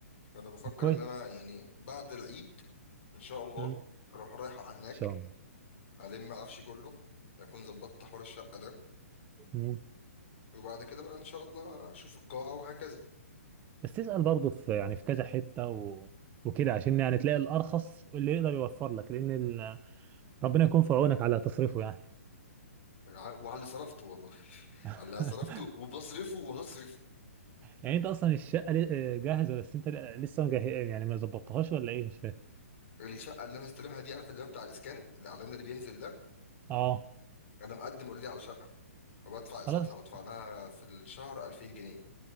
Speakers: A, on the left; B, on the right.
A: فانا بفكر
B: كويس
A: ان انا يعني بعد العيد ان شاء الله
B: امم ان
A: هروح رايح على هناك
B: شاء الله
A: الم عفشي كله اكون ظبطت حوار الشقة ده
B: مم.
A: وبعد كده بقى ان شاء الله اشوف القاعة وهكذا
B: بس تسال برضه في يعني في كذا حته و... وكده عشان يعني تلاقي الارخص اللي يقدر يوفر لك لان ربنا يكون في عونك على تصريفه يعني
A: ع- وعلى اللي صرفته والله <laughs> على
B: <laughs>
A: اللي صرفته وبصرفه وهصرف
B: يعني انت اصلا الشقه ل- آه، جاهزه بس انت لسه مجه... يعني ما ظبطتهاش ولا ايه مش فاهم
A: الشقه اللي انا هستلمها دي عارف اللي هو بتاع الاسكان الاعلان اللي بينزل ده
B: اه
A: انا مقدم اوريدي على شقه وبدفع اقساطها
B: خلاص
A: بدفع لها في الشهر 2000 جنيه